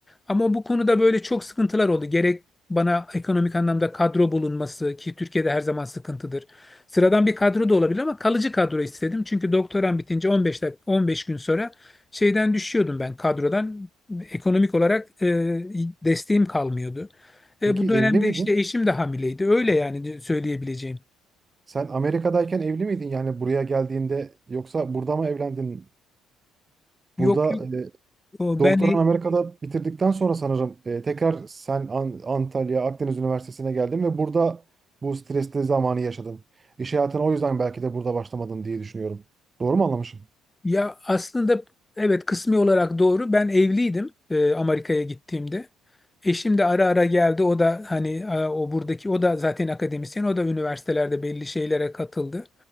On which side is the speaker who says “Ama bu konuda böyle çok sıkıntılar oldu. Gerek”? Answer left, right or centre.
Left